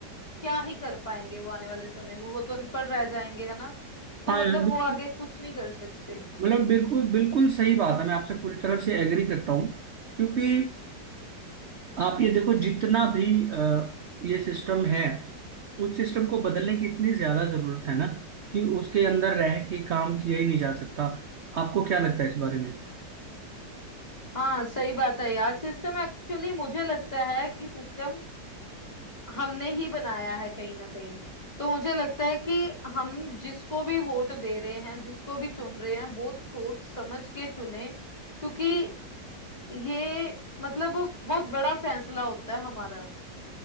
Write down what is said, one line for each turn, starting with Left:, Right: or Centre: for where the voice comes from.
Left: क्या ही कर पाएंगे वो आने वाले समय में वो तो अनपढ़ रह जाएंगे है ना तो
Right: हाँ
Left: मतलब
Right: यार बिल्कुल
Left: वो आगे कुछ नहीं कर सकते
Right: मतलब बिल्कुल बिल्कुल सही बात है मैं आपसे पूरी तरह से एग्री करता हूँ क्योंकि आप ये देखो जितना भी अ, ये सिस्टम है उस सिस्टम को बदलने की इतनी ज्यादा जरूरत है ना कि उसके अंदर रह के काम किया ही नहीं जा सकता आपको क्या लगता है इस बारे में
Left: हाँ सही बात है यार सिस्टम एक्चुअली मुझे लगता है कि सिस्टम हमने ही बनाया है कहीं ना कहीं तो मुझे लगता है कि हम जिसको भी वोट दे रहे हैं जिसको भी चुन रहे हैं बहुत सोच समझ के चुने क्योंकि ये मतलब बहुत बड़ा फैसला होता है हमारा